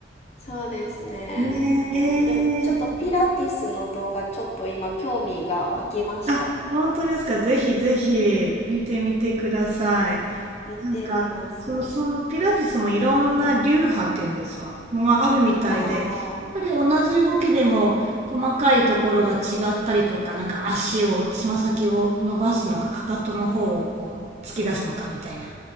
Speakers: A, on the left; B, on the right.
A: そうですね本当でもちょっとピラティスの動画ちょっと今興味が湧きました
B: ねえ、えーあ、本当ですか。ぜひぜひ見てみてください。
A: 見てみます。
B: なんか、そう、そのピラティスもいろんな流派っていうんですか、もうあるみたいで、
A: ああ
B: やっぱり同じ動きでも細かいところが違ったりとか、なんか足を、つま先を伸ばすのか、かかとの方をこう突き出すのかみたいな。